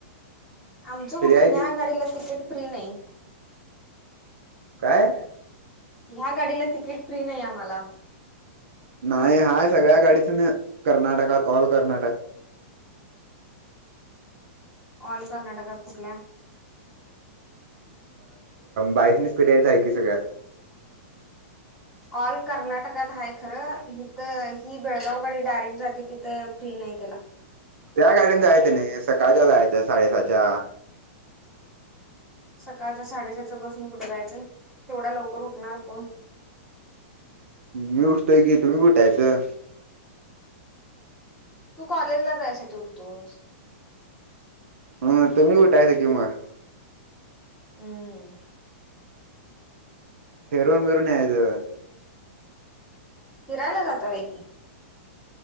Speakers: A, in the centre; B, on the right.
A: आमचं
B: फ्री
A: कुठं
B: आहे की
A: ह्या गाडीला तिकीट फ्री नाही
B: काय
A: ह्या गाडीला तिकीट फ्री नाही आम्हाला
B: नाही हाय सगळ्या गाडीच कर्नाटकात ऑल कर्नाटक.
A: ऑल कर्नाटकात कुठल्या?
B: बाईकनेच फिरायचं आहे की सगळ्या.
A: ऑल कर्नाटकात आहे खरं इिथं ही बेळगावकडे डायरेक्ट जाते तिथं फ्री नाही त्याला.
B: त्या गाडीने जायचं नाही सकाळच्या जायचं साडेसहाच्या.
A: सकाळच्या साडेसहाच्या बसून कुठे जायचं तेवढा लवकर उठणार कोण?
B: मी उठतोय की तुम्ही उठायचं.
A: तू कॉलेजला जायसाठी उठतोस.
B: हम्म तुम्ही उठायचं की मग.
A: हम्म
B: फिरवून बीरून यायचं.
A: फिरायला जाता व्हय.